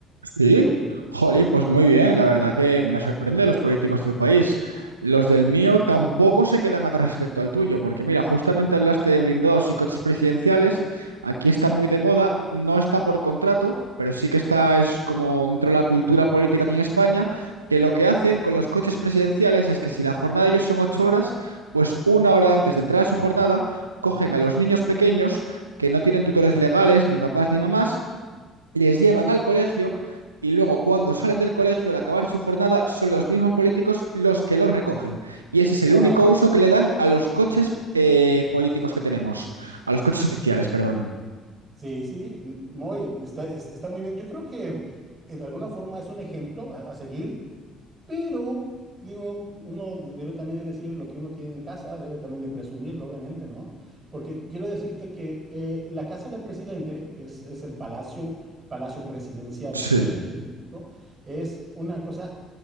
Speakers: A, on the right; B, on the right.
A: Sí, jolín, pues muy bien. La verdad que me sorprende los políticos de tu país. Los del mío tampoco se quedan atrás respecto al tuyo, porque mira, justamente hablaste de blindados y coches presidenciales. Aquí está muy de moda, no está por contrato, pero sí que está, es como dentro de la cultura política aquí en España, que lo que hacen con los coches presidenciales es que si la jornada de ellos son ocho horas, pues una hora antes de entrar a su jornada, cogen a los niños pequeños que no tienen tutores legales, ni papás ni mamás les llevan al colegio y luego cuando salen del colegio al acabar su jornada son los mismos políticos los que los recogen. Y ese es
B: Wow,
A: el único uso que le dan a los coches eh, políticos que tenemos, a los coches oficiales, perdón.
B: sí, sí, n- no, eh, está, es- está muy bien. Yo creo que eh, de alguna forma es un ejemplo a, a seguir, pero digo, uno debe también de decir lo que uno tiene en casa, debe también de presumirlo, obviamente, ¿no? Porque quiero decirte que eh, la casa del presidente, que es, es el palacio, palacio presidencial
A: Sí,
B: aquí, aquí en México, es una cosa